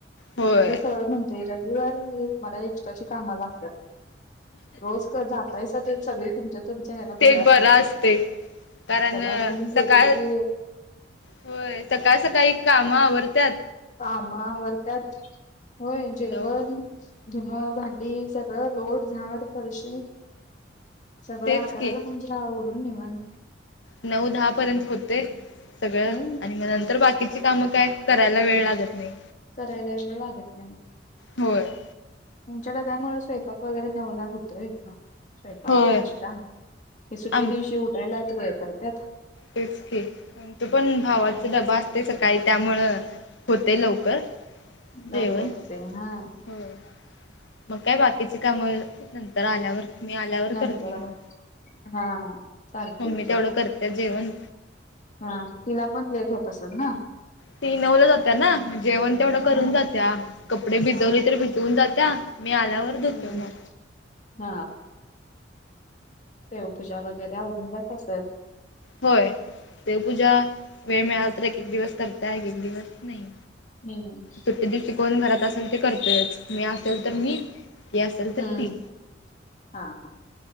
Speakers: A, on the left; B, on the left.
A: होय
B: मी तर सगळ म्हणतेय. रविवारी मला एक्स्ट्राची कामं लागतात रोज जातायस ते. सगळे तुमच्या तुमच्या हना बरं
A: ते
B: असत.
A: असते कारण
B: दबा घेऊन गेलं
A: सकाळ
B: की.
A: होय सकाळ सकाळी काम आवरत्याात.
B: कामावर त्यात होय जेवण.
A: नऊ
B: धुन भांडी सगळं लोट झाड फरशी. सगळं
A: तेच
B: आकाराला
A: की
B: म्हणजे ओरून निे म्हन.
A: नऊ दहा पर्यंत होते सगळं
B: हम्म
A: आणि मग नंतर बाकीची कामं काय. करायला वेळ लागत नाही.
B: करायला लागत नाही
A: होय.
B: उच्या द त्यामुळे स्वफाक वगैरे नवला होतोय ना. स्वयंपाक
A: होय
B: नाष्ट्ता कि सुट्टी
A: आम
B: दिवशी उडायलाच करतत.
A: तेच की आ त पण भावाचा डबा असते सकाळी त्यामुळं होते लवकर
B: लवकर
A: देवण
B: होते हा
A: हो. मग काय बाकीची कामं नंतर आल्यावर. मी आल्यावर
B: नंतर
A: करते
B: हा
A: मग
B: हा चालतय
A: मग्मी
B: की
A: तेवढं करते जेवण.
B: हा तिला पण लेट होत असेल ना.
A: शिनवलं जात्या ना जेवण तेवढं
B: हा
A: करून जात्या कपडे भिजवले
B: हा
A: तर भिजवून जात्या. मी आल्यावर धुतो
B: हम्म
A: मग.
B: हा. तेव पूजा वगैरे अून जात असल.
A: होय देवपूजा वेळ मिळाला तर एक एक दिवस करता एक एक दिवस नाही.
B: हम्म.
A: सुट्टी दिवशी कोण घरात असेल ते करतोयच मी असेल तर मी तेी असेल
B: हम्म
A: तर ती.
B: हा हा